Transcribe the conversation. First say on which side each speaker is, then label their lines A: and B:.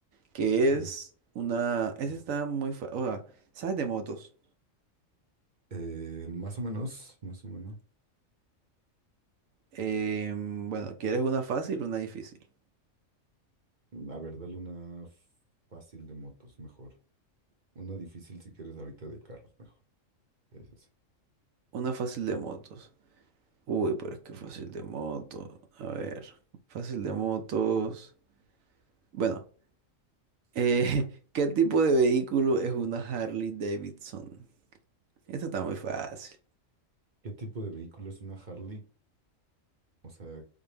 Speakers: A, on the right; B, on the right.
A: que
B: Ok.
A: es una... Esa está muy fácil. O sea, ¿sabes de motos?
B: Eh, más o menos, más o menos.
A: Em, bueno, ¿quieres una fácil o una difícil?
B: A ver, dale una fácil de motos, mejor. Una difícil si quieres ahorita de carros, mejor. Sí, sí, sí.
A: Una fácil de motos. Uy, pero es que fácil de motos. A ver, fácil de motos. Bueno. Eh, <laughs> ¿qué tipo de vehículo es una Harley Davidson? Esto está muy fácil.
B: ¿Qué tipo de vehículo es una Harley? O sea,